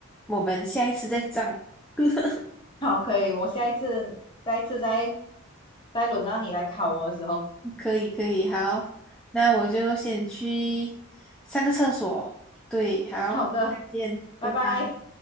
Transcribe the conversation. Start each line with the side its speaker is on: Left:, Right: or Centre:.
Centre: 我们下一次再涨。<laughs>
Left: 好，可以，我下一次下一次再再轮到你来考我的时候，
Centre: 可以可以，好，那我就先去上个厕所。对，好，
Left: 好的，
Centre: 我们再见，拜拜。
Left: 拜拜。